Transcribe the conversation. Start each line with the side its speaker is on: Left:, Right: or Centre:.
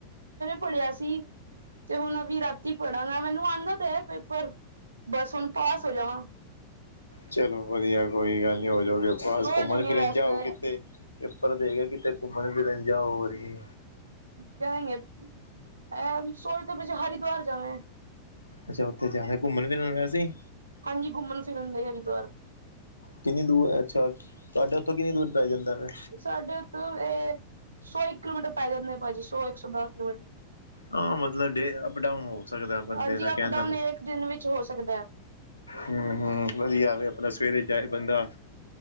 Right: ਪੜਿਆ ਸੀ ਤੇ ਹੁਨ ਅਬੀ ਰਾਤੀ ਪੜਾਂਗਾ ਮੈਨੂੰ ਆਂਦਾ ਤੇ ਹੈ ਪੇਪਰ, ਬਸ ਹੁਨ ਪਾਸ ਹੋ ਜਾਵਾਂ।
Left: ਚਲੋ ਵਦੀਆ ਕੋਈ ਗੱਲ ਨੀ ਹੋਜੋਗੇ ਪਾਸ
Right: ਹੋ
Left: ਘੁੰਮਨ
Right: ਜਾਏਂਗੇ
Left: ਫਿਰਨ
Right: ਵੈਸੇ
Left: ਜਾਓ ਕਿਤੇ। ਪੇਪਰ ਦੇ ਕੇ ਕਿਤੇ ਘੁੰਮਣ ਫਿਰਨ ਜਾਓ ਹੋਰ ਕੀ
Right: ਜਾਏਂਗੇ ਐਹ ਸੋਚਦੇ ਪਏ ਸੀ ਹਰੀਦਵਾਰ ਜਾਮੇਂ।
Left: ਅੱਛਾ ਓਥੇ ਜਾਨੈ ਘੁੰਮਨ ਫਿਰਨ ਵੈਸੇ ਈ।
Right: ਹਾਂਜੀ ਘੁੰਮਨ ਫਿਰਨ ਲਈ ਹਰੀਦਵਾਰ।
Left: ਕਿੰਨੀ ਦੂਰ ਅੱਛਾ, ਤੁਆਡੇ ਓਥੋਂ ਕਿੰਨੀ ਦੂਰ ਪੈ ਜਾਂਦਾ ਵੇ।
Right: ਸਾਡੇ ਓਥੋਂ ਏਹ ਸੌ ਇੱਕ ਕਿਲੋਮੀਟਰ ਪੈ ਜਾਂਦਾ ਭਾਜੀ ਸੌ ਇੱਕ ਸੌ ਦਸ ਕਿਲੋਮੀਟਰ।
Left: ਹਾਂ ਮਤਲਬ ਡੇ ਅਪ ਡਾਊਨ ਹੋ ਸਕਦਾ ਬੰਦੇ
Right: ਹਾਂਜੀ
Left: ਦਾ ਕਹਿਣ
Right: ਅਪ ਡਾਊਨ ਏਕ ਦਿਨ ਵਿੱਚ ਹੋ ਸਕਦੈ।
Left: ਹੂੰ-ਹੂੰ ਵਦੀਆ ਵੀ ਆਪਨਾ ਸਵੇਰੇ ਪਿਆ ਰਏ ਬੰਦਾ